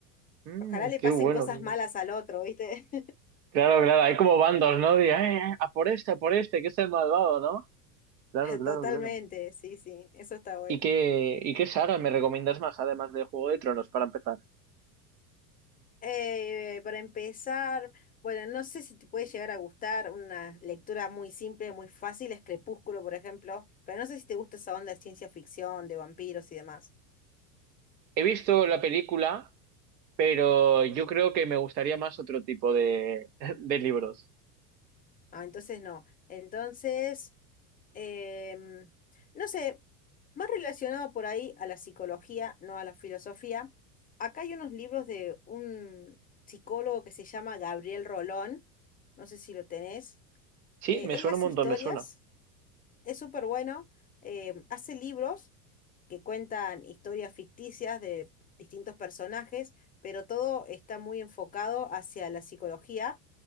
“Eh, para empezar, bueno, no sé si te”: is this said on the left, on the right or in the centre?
Left